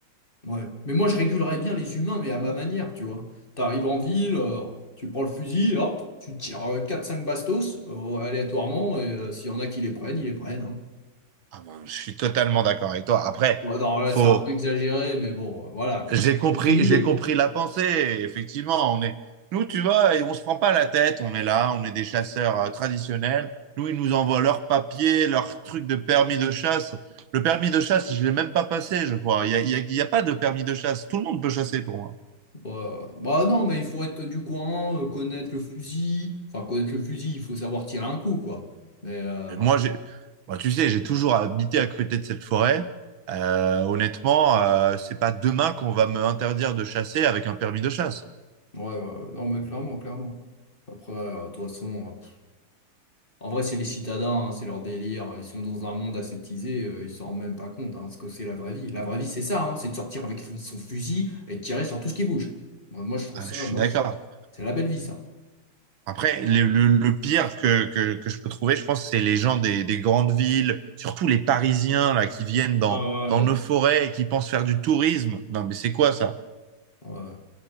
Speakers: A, on the left (about 25°); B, on the right (about 70°).
A: Ouais. Mais moi, je régulerais bien les humains, mais à ma manière, tu vois. T'arrives en ville, euh, tu prends le fusil, hop, tu tires euh, 4-5 bastos, euh, aléatoirement, et euh, s'il y en a qui les prennent, ils les prennent. hein.
B: Ah ben, je suis totalement d'accord avec toi. Après,
A: Ouais, non, là,
B: faut,
A: c'est un peu exagéré, mais bon, euh, voilà, quoi.
B: j'ai
A: T'as
B: compris,
A: compris l'idée.
B: j'ai compris la pensée. Effectivement, on est, nous, tu vois, et on se prend pas la tête, on est là, on est des chasseurs euh, traditionnels. Nous, ils nous envoient leurs papiers, leurs trucs de permis de chasse. Le permis de chasse, je l'ai même pas passé, je crois. Il y a, il y a il y a pas de permis de chasse. Tout le monde peut chasser pour moi.
A: Euh, bah non, mais il faut être du coin, euh, connaître le fusil. Enfin, connaître le fusil, il faut savoir tirer un coup, quoi. Mais, euh,
B: Moi, j'ai, moi, tu sais, j'ai toujours habité à côté de cette forêt. Euh, honnêtement, euh, c'est pas demain qu'on va me interdire de chasser avec un permis de chasse.
A: ouais, ouais, ouais. non, mais clairement, clairement. Après, euh, de toute façon. En vrai, c'est les citadins, hein, c'est leur délire. Ils sont dans un monde aseptisé, euh, ils s'en rendent même pas compte, hein, ce que c'est la vraie vie. La vraie vie, c'est ça, hein, c'est de sortir avec son, son fusil et de tirer sur tout ce qui bouge. Moi, moi, je trouve
B: Ah,
A: ça,
B: je suis
A: moi,
B: d'accord.
A: je- c'est la belle vie, ça.
B: Après, le, le- le pire que, que, que je peux trouver, je pense, c'est les gens des, des grandes villes, surtout les Parisiens là, qui viennent dans,
A: Ah
B: dans
A: ouais.
B: nos forêts et qui pensent faire du tourisme. Non, mais c'est quoi ça?
A: Ouais,